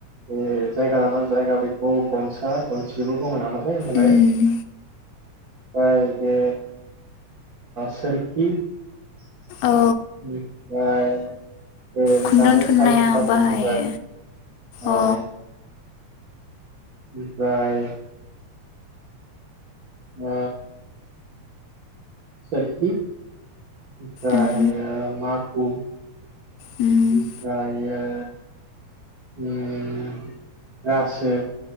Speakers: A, on the right; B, on the left.
A: बे जायगा लाना जायगा बेखौ गनसा गनसिबो बुङो नामा? होमबालाय
B: उम
A: आरो बे सोरखि उम।
B: औ
A: ओमफ्राय बे
B: खुन्दुं
A: दाथ'
B: थुननाया
A: साल खुनथाखौ
B: बाहायो
A: बुंबाय
B: अ
A: औ। ओमफ्राय ओ सोरखि बिफ्राययो
B: उम
A: मा उ
B: उम
A: उमफ्रायो <unintelligible> रासो